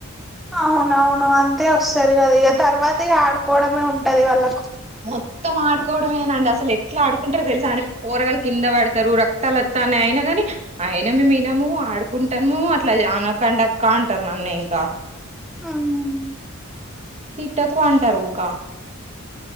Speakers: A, in the centre; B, on the right (about 30°).
A: అవునవును అంతే వస్తారు కదా ఇక తర్వాత ఇక ఆడుకోవడమే ఉంటది వాళ్ళకు.
B: మొత్తం ఆడుకోవడమేనాండి అసలు ఎట్లా ఆడుకుంటారో తెలుసా అండి. పోరగాలు కింద పడతారు రక్తాలోత్తన్నాయి. అయినా గాని అయిన మేము వినం ఆడుకుంటాము అట్లా అనకండాక్క అంటారు నన్ను ఇంకా.
A: అవునా.
B: తిట్టాకు అంటారు ఊక.